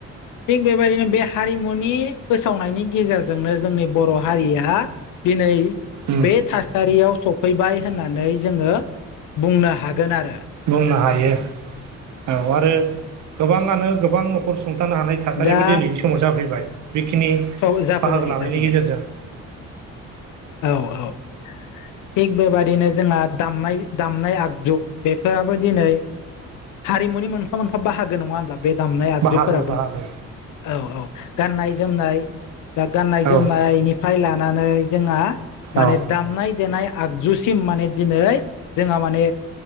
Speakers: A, on the left; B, on the right.
A: थिग बेबायदिनो बे हारिमुनि फोसावनायनि गेजेरजोंनो जोंनि बर' हारिया दिनै बे
B: उम
A: थासारियाव सफैबाय होननानै जोङो बुंनो हागोन आरो
B: बुंनो हायो औ आरो गोबाङानो गोबां न'खर सुंथानो हानाय थासारिबो
A: दा
B: दिनैनि समाव जाफैबाय बेखिनि
A: स जाफैबाय
B: बाहागो लानायनि
A: जाफैबाय
B: गेजेरजों
A: औ औ थिग बेबायदिनो जोंहा दामनाय दामनाय आगजु बेफोराबो दिनै हारिमुनि मोनफा मोनफा बाहागो नङा होनब्ला बे दामनाय आगजुफोराबो
B: बाहागो बाहागो
A: औ औ गाननाय-जोमनाय दा गाननाय
B: औ
A: जोमनायनिफ्राय लानानै जोंहा माने
B: औ
A: दामनाय-देनाय आगजु सिम माने जोंहा माने